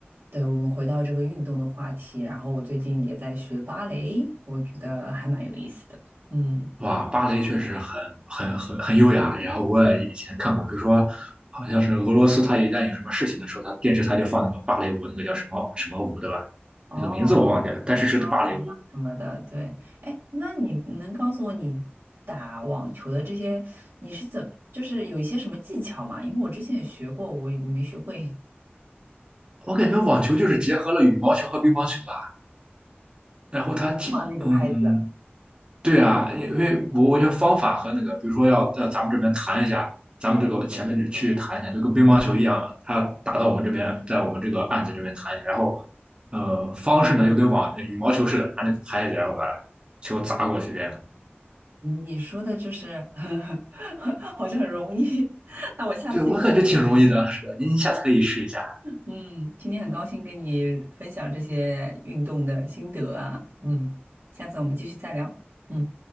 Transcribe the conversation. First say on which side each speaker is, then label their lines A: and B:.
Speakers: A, on the right; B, on the right.
A: 对，我们回到这个运动的话题，然后我最近也在学芭蕾，我觉得还蛮有意思的。嗯，
B: 哇，芭蕾确实很很很很优雅。然后我也以前看过，比如说好像是俄罗斯，它一旦有什么事情的时候，它电视台就放那个芭蕾舞，那个叫什么什么舞，对吧？
A: 哦，
B: 那个名字我忘记了，但是是芭蕾舞。
A: 高洪啊什么的，对，哎，那你能告诉我你打网球的这些，你是怎，就是有一些什么技巧吗？因为我之前也学过，我也没学会
B: 我感觉网球就是结合了羽毛球和乒乓球吧。然后它挺嗯，
A: <laughs> 画那个拍子。
B: 对啊，因为我我觉得方法和那个，比如说要到咱们这边弹一下，咱们这个前面这去弹一下，就跟乒乓球一样的，它打到我们这边，在我们这个案子这边弹一下，然后呃方式呢又跟网呃羽毛球似的，拿那个拍子，然后把球砸过去这样。
A: 你说的就是 <laughs> 好像很容易，<laughs> 那我下次有，
B: 对，我感觉挺容易的，是的，您下次可以试一下。
A: 嗯，今天很高兴跟你分享这些运动的心得啊，嗯，下次我们继续再聊，嗯。